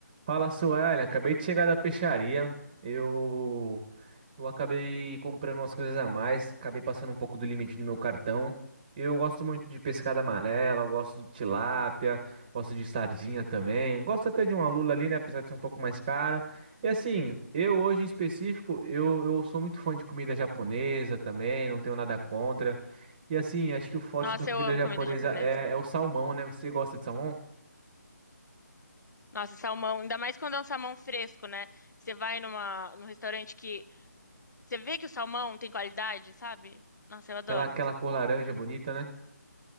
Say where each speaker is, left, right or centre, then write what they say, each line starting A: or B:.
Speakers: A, on the right; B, on the left.
A: Fala, Suélia. Acabei de chegar da peixaria. Eu eu acabei comprando umas coisas a mais, acabei passando um pouco do limite do meu cartão. Eu gosto muito de pescada amarela, eu gosto de tilápia, gosto de sardinha também. Gosto até de uma lula ali, né, apesar de ser um pouco mais caro. E assim, eu hoje em específico, eu, eu sou muito fã de comida japonesa também, não tenho nada contra. E assim, acho que o forte
B: Nossa,
A: da comida
B: eu amo
A: japonesa
B: comida japonesa.
A: é, é o salmão, né? Você gosta de salmão?
B: Nossa, salmão, ainda mais quando é um salmão fresco, né? Você vai numa, num restaurante que você vê que o salmão tem qualidade, sabe? Nossa, eu adoro.
A: Aquela, aquela cor laranja bonita, né?